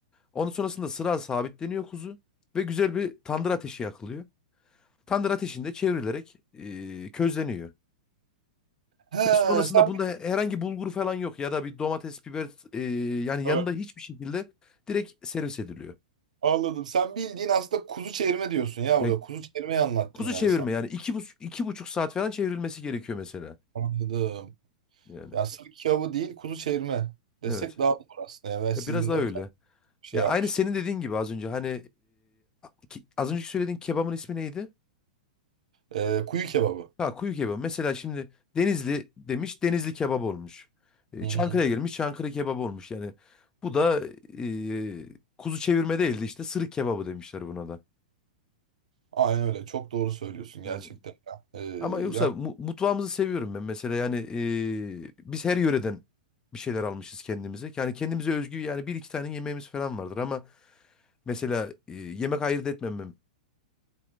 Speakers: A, on the left; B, on the right.
A: Ondan sonrasında sıra sabitleniyor kuzu ve güzel bir tandır ateşi yakılıyor. Tandır ateşinde çevrilerek e, közleniyor.
B: Ha,
A: Ve sonrasında
B: sen
A: bunda herhangi bulgur falan yok ya da bir domates, biber e, yani yanında
B: Evet,
A: hiçbir şekilde direkt servis ediliyor.
B: anladım. Sen bildiğin aslında kuzu çevirme diyorsun ya
A: Ya
B: burada. Kuzu çevirmeyi anlattın
A: kuzu
B: yani
A: çevirme
B: sen.
A: yani iki, bu, iki buçuk saat falan çevrilmesi gerekiyor mesela.
B: Anladım.
A: Yani
B: Ya sırf kebabı değil kuzu çevirme desek
A: evet.
B: daha doğru aslında. Yani ben sizin
A: Ya biraz daha
B: özel
A: öyle.
B: bir şey
A: Ya
B: yapmıştım.
A: aynı senin dediğin gibi az önce hani e, ki- az önceki söylediğin kebabın ismi neydi?
B: Ee, kuyu kebabı.
A: Ha kuyu kebabı. Mesela şimdi Denizli demiş Denizli kebap olmuş. E,
B: Hı hı.
A: Çankırı'ya gelmiş Çankırı kebabı olmuş. Yani bu da e, kuzu çevirme değildi işte sırık kebabı demişler buna da.
B: Aynen öyle. Çok doğru söylüyorsun gerçekten.
A: Evet.
B: ya. Ee,
A: Ama yoksa
B: yani
A: mu- mutfağımızı seviyorum ben mesela yani e, biz her yöreden bir şeyler almışız kendimize. Yani kendimize özgü yani bir iki tane yemeğimiz falan vardır ama mesela e, yemek ayırt etmemem.